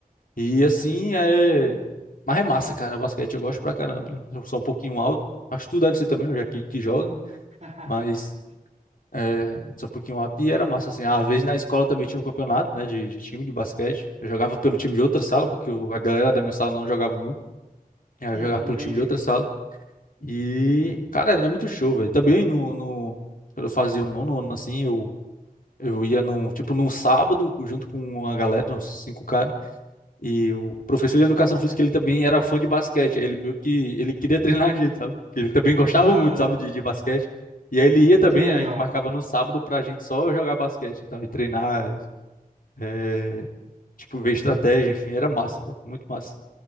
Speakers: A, on the left; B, on the right.
A: E assim é. Mas é massa, cara. Basquete eu gosto pra caramba. né? Eu sou um pouquinho alto, mas tu deve ser também, já que, que joga.
B: <laughs>
A: Mas é, sou um pouquinho alto. E era massa, assim. Às vezes na escola também tinha um campeonato, né, de, de time de basquete. Eu jogava pelo time de outra sala, porque o- a galera da minha sala não jogava muito. Aí Eu
B: Uhum,
A: jogava pelo
B: entendi.
A: time de outra sala. E, cara, era muito show, velho. Também no, no, quando eu fazia o nono ano, assim, eu, eu ia num, tipo, num sábado, junto com uma galera, uns cinco caras. E o professor de educação física, ele também era fã de basquete. Aí ele meio que ele queria treinar a gente, sabe? Porque ele também gostava
B: Ah,
A: muito, sabe, de, de basquete. E aí ele ia também,
B: que legal.
A: a gente marcava no sábado pra gente só jogar basquete e tal, e treinar, é, tipo, ver estratégia, enfim, era massa, cara, muito massa.